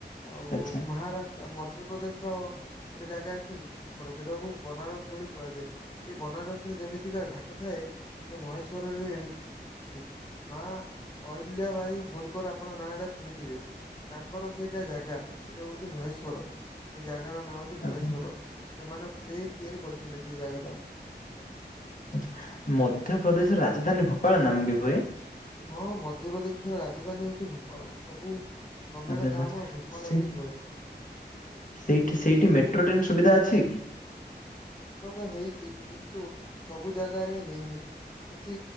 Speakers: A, on the left; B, on the left.
A: ଆଉ
B: ଆଚ୍ଛା
A: ମହାରାଷ୍ଟ୍ର ମଧ୍ୟପ୍ରଦେଶର ଗୋଟେ ଜାଗା ଅଛି ବର୍ଜିଲାକୁ ବନାରସ ବୋଲି କୁହାଯାଏ। ସେ ବନାରସ ରେ ଯେମିତିକା ଘାଟ ଥାଏ ସେ ମହେଶ୍ଵରରେ ଏମିତି ଅଛି। ମା ଅଲ୍ୟ ଭାଇ ହୋଲକର ଆପଣ ନାଁ ଟା ଶୁଣିଥିବେ? ତାଙ୍କର ସେଇଟା ଜାଗା ସେଇଟା ହଉଛି ମହେଶ୍ଵର ସେ ଜାଗାର ନାଁ ହଉଚି
B: ଆଚ୍ଛା ଆଚ୍ଛା।
A: ମହେଶ୍ଵର ସେମାନେ ସେଇ ତିଆରି କରିଥିଲେ ସେଇ ଜାଗା ଟା।
B: ଧ୍ୟପ୍ରଦେଶର ରାଜଧାନୀ ଭୋପାଳ ନାମ ବି ହୁଏ।
A: ହଁ ମଧ୍ୟପ୍ରଦେଶର ରାଜଧାନୀ ହଉଛି ଭୋପାଳ ସବୁ ଗଭର୍ଣ୍ଣମେଣ୍ଟ
B: ଆଚ୍ଛା ଆଚ୍ଛା।
A: କାମ ଭୋପାଳରେ
B: ସେ
A: ହୁଏ।
B: ସେଇଠି ସେଇଠି ମେଟ୍ରୋ ଟ୍ରେନ ସୁବିଧା ଅଛି?
A: ତ ହେଇଛି କିନ୍ତୁ ସବୁ ଜାଗାରେ ହେଇନି। କିଛି